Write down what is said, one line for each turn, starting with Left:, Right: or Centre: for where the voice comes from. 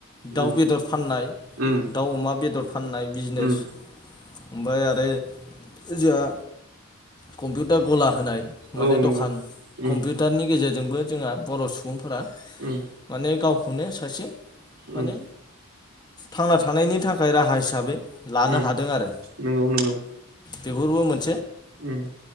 Left: दाउ
Right: उम
Left: बेदर फाननाय
Right: उम
Left: दाउ अमा बेदर फाननाय बिजनेस
Right: उम
Left: ओमफ्राय आरो जोंहा कम्पिउटार गला होनाय माने
Right: औ नंगौ
Left: दखान
Right: उम
Left: कम्पिउटारनि गेजेरजोंबो जोंहा बर' सुबुंफोरा
Right: उम
Left: माने गावखौनो सासे माने
Right: उम
Left: थांना थानायनि थाखाय राहा हिसाबै लानो
Right: उम
Left: हादों आरो
Right: नंगौ नंगौ
Left: बेफोरबो मोन
Right: उम